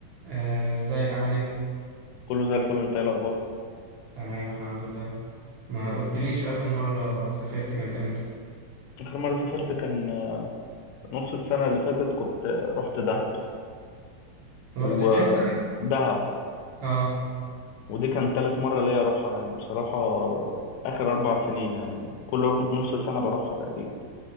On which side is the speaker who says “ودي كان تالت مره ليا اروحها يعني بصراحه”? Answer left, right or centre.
Left